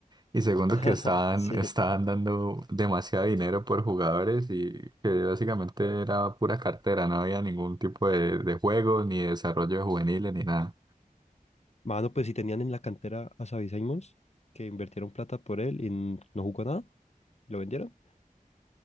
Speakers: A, on the right; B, on the left.
A: y segundo que
B: <laughs>
A: estaban,
B: Sí.
A: estaban dando demasiado dinero por jugadores y que básicamente era pura cartera, no había ningún tipo de, de juego, ni desarrollo de juveniles, ni nada.
B: Mano, pues si tenían en la cantera a Xavi Simons, que invirtieron plata por él y n- no jugó nada, lo vendieron.